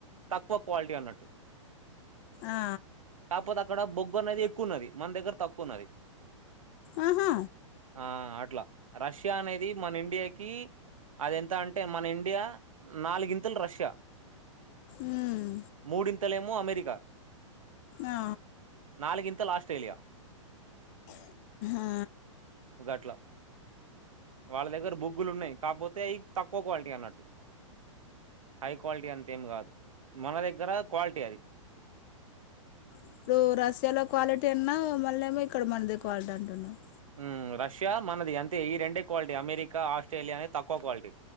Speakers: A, on the right; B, on the left.
A: తక్కువ క్వాలిటీ అన్నట్టు
B: ఆ
A: కాకపోతే అక్కడ బొగ్గు అనేది ఎక్కువన్నది మన దగ్గర తక్కువ ఉన్నది
B: ఆహా
A: ఆ అట్లా రష్యా అనే ఇది మన ఇండియాకి అది ఎంత అంటే మన ఇండియా నాలుగింతులు రష్యా
B: ఉమ్
A: మూడింతలేం అమెరికా
B: ఆ
A: నాలుగిం తల ఆస్ట్రేలియా
B: ఆ
A: గట్లా వాళ్ళ దగ్గర బొగ్గులు ఉన్నాయి కాకపోతే అవి తక్కువ క్వాలిటీ అన్నట్టు హై క్వాలిటీ అంతేం కాదు మన దగ్గర క్వాలిటీ అది
B: ఇప్పుడు రషయాలో క్వాలిటీ అన్నా మళ్ళ ఏమో ఇక్కడ మనది క్వాలిటీ అంటున్నారు
A: ఉమ్ రష్యా మనది అంతే ఈ రెండే క్వాలిటీ అమెరికా ఆస్ట్రేలియా అనే తక్కువ క్వాలిటీ